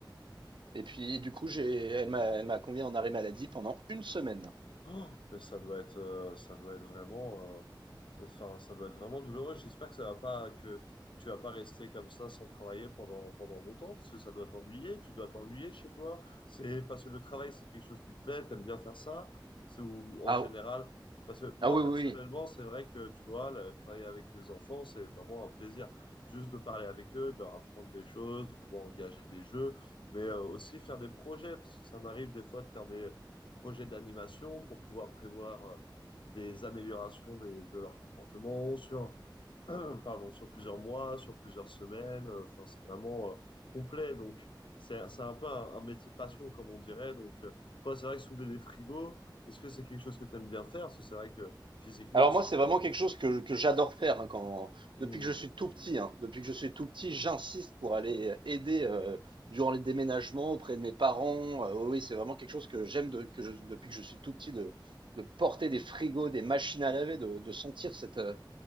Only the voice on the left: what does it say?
Oh, mais ça doit être, euh, ça doit être vraiment, euh, ça, enfin, ça doit être vraiment douloureux. J'espère que ça va pas, que tu vas pas rester comme ça sans travailler pendant, pendant longtemps, parce que ça doit t'ennuyer. Tu dois t'ennuyer chez toi. C'est parce que le travail, c'est quelque chose qui te plaît. T'aimes bien faire ça. C'est ou
en général, parce que moi
personnellement,
c'est vrai que tu vois, le, travailler avec les enfants, c'est vraiment un plaisir. Juste de parler avec eux, de leur apprendre des choses, de pouvoir engager des jeux, mais euh, aussi faire des projets, parce que ça m'arrive des fois de faire des projet d'animation pour pouvoir prévoir euh, des améliorations des- de leur comportement sur, <clears throat> pardon, sur plusieurs mois, sur plusieurs semaines. Euh, Enfin, c'est vraiment euh, complet. Donc, c'est, c'est un peu un, un métier passion, comme on dirait. Donc, euh, toi, c'est vrai que soulever des frigos, est-ce que c'est quelque chose que tu aimes bien faire? Parce que c'est vrai que physiquement,
ça-
Hmm.